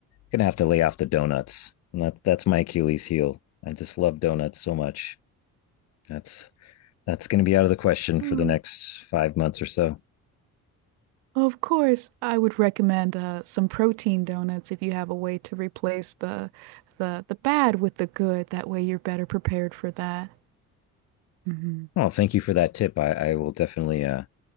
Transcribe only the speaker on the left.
going to have to lay off the donuts. And that, that's my Achilles heel. I just love donuts so much. That's that's going to be out of the question
for the next five months or so.
Oh, thank you for that tip. I, I will definitely uh,